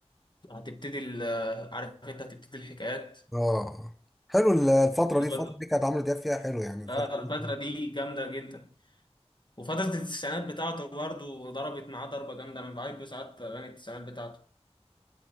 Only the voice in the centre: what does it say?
اه حلو ال- الفترة
دي الفترة
دي كانت عمرو دياب فيها حلو يعني الفترة
دي